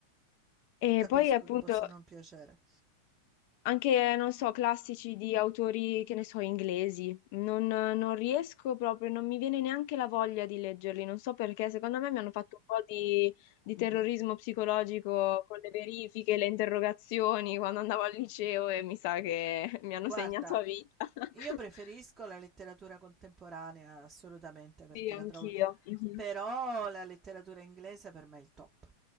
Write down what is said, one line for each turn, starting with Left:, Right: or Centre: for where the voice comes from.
Left: E
Right: capisco
Left: poi appunto
Right: che possa non piacere.
Left: Anche, non so, classici di autori, che ne so, inglesi. Non, non riesco proprio, non mi viene neanche la voglia di leggerli. Non so perché, secondo me mi hanno fatto un po' di, di terrorismo psicologico con le verifiche, le interrogazioni quando andavo al liceo e mi sa che <laughs> mi hanno
Right: Guarda,
Left: segnato a vita. <laughs>
Right: io preferisco la letteratura contemporanea assolutamente perché
Left: Sì, anch'io.
Right: la trovo,
Left: Mhm.
Right: però la letteratura inglese per me è il top,